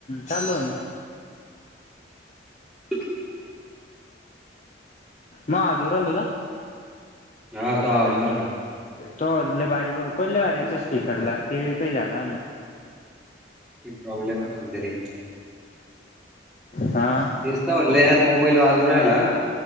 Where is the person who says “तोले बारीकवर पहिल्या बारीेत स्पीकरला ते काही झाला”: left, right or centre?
Left